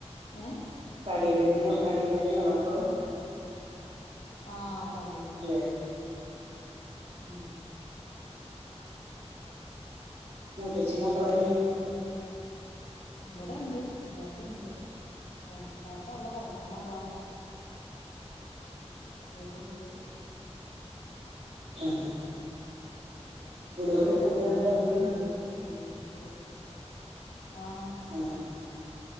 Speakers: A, on the left (about 75°); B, on the right (about 60°).
A: ഏ
B: കടെലന്നെയ കടെലന്നെയാണ
A: ആ
B: ഇപ്പളും?
A: ആഹ് കടെലന്നെണ്.
B: അല്ലെ
A: ഉം.
B: മൂത്തച്ചിം മക്കളുംക്ക എന്തെ?
A: ഇവിടെണ്ട്, എല്ലാരും ഉണ്ട്. <unintelligible> ത്താത്ത അവിടെ കെടക്കണതാ.
B: <inaudible>
A: <unintelligible> ഉണ്ട്.
B: ആഹ്.
A: നോമ്പ്
B: പണിയെടുക്കണ്ട്ന്നൊക്കെ
A: പെറന്നാലാണല്ലേ
B: പറഞ്ഞില്ലേ
A: തീരെ <unintelligible> ആഹ്.
B: ആഹ്.